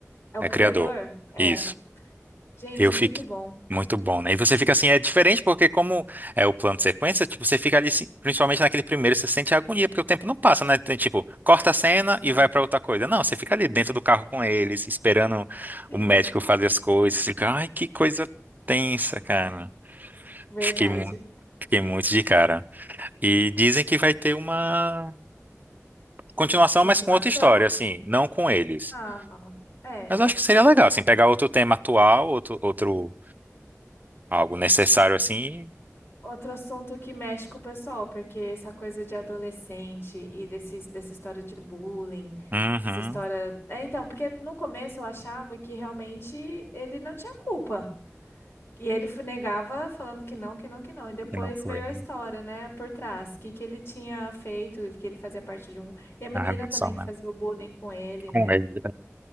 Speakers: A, on the left; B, on the right.
A: é o
B: É
A: criador?
B: criador.
A: É.
B: Isso.
A: Gente,
B: Eu
A: muito
B: fiquei
A: bom.
B: muito bom, né? E você fica assim, é diferente porque como é o plano de sequência, tipo, você fica ali, assim, principalmente naquele primeiro, você sente a agonia, porque o tempo não passa, né? Tem, tipo, corta a cena
A: Sim.
B: e vai pra outra coisa. Não, você fica ali dentro do carro com eles, esperando
A: Sim.
B: o médico fazer as coisas. Você Fica, ai, que coisa tensa, cara.
A: Verdade.
B: Fiquei muito, fiquei muito de cara. E dizem que vai ter uma continuação,
A: Continuação?
B: mas com outra história, assim, não com eles.
A: Ah, é.
B: Mas eu acho que seria legal,
A: Também.
B: assim, pegar outro tema atual, outro, outro algo necessário assim
A: Outro assunto que mexe com o pessoal, porque essa coisa de adolescente e desses, dessa história de bullying,
B: Uhum.
A: essa história. É, então, porque no começo eu achava que realmente ele não tinha culpa. E ele f- negava falando que não, que não, que não. E depois
B: E não foi,
A: veio a
B: né?
A: história, né, por trás, que que ele tinha feito, que ele fazia parte de um. E a menina
B: A relação,
A: também que
B: né?
A: fazia o bullying com ele,
B: Com
A: né?
B: ele. né?